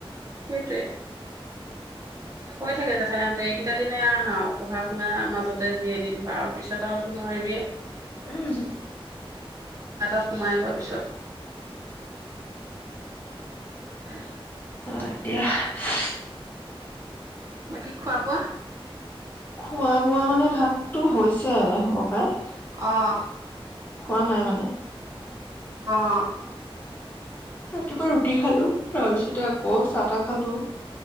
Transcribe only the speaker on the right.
সেইটোৱে। কৈ থাকে জেঠাইঁহতে এইকেইটা দিনহে আহ পঢ়া শুনাাৰ মাজতে যি এদিন পাওঁ পিছত আৰু নোৱাৰিবিয়েই
তাৰ তাত সোমাই লোৱাৰ পিছত। উম
বাকী খোৱা বোৱা
অহ।
অ'।